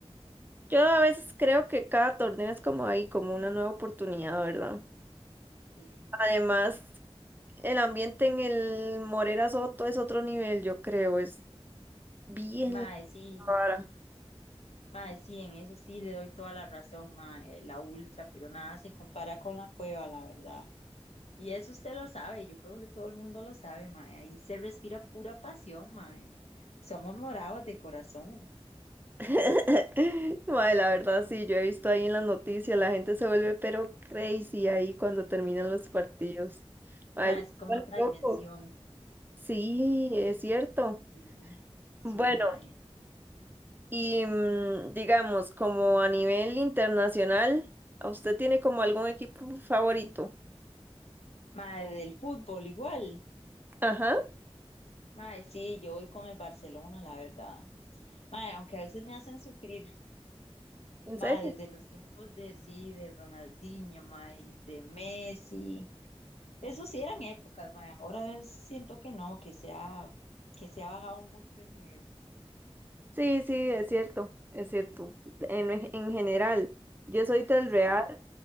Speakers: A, on the right; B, on the left.
A: yo a veces creo que cada torneo es como ahí, como una nueva oportunidad, ¿verdad?
B: sí.
A: Además, el ambiente en el Morera Soto es otro nivel, yo creo, es bien
B: Mae, sí,
A: raro.
B: mae, sí, en eso sí le doy toda la razón, mae, la ultra, pero nada se compara con la cueva, la verdad. Y eso usted lo sabe, yo creo que todo el mundo lo sabe, mae. Ahí se respira pura pasión, mae. Somos morados de corazón,
A: <laughs> Mae, la verdad sí, yo he visto ahí en las noticias, la gente se vuelve pero crazy ahí cuando terminan los partidos.
B: mae,
A: Mae, se
B: es como
A: vuelven
B: otra
A: locos.
B: dimensión.
A: Sí, es cierto.
B: Sí,
A: Bueno,
B: sí, mae.
A: y mm, digamos, como a nivel internacional, ¿a ¿usted tiene como algún equipo favorito?
B: Mae, del fútbol igual.
A: Ajá,
B: Mae, sí, yo voy con el Barcelona, la verdad. Mae, aunque a veces me hacen sufrir,
A: ¿en
B: mae,
A: serio?
B: desde los tiempos de sí, de Ronaldinho, mae, y de Messi. Eso sí eran épocas, mae. Ahora siento que no, que se ha, que se ha bajado mucho de nivel.
A: Sí, sí, es cierto, es cierto. En, en general, yo soy del
B: Sí,
A: Real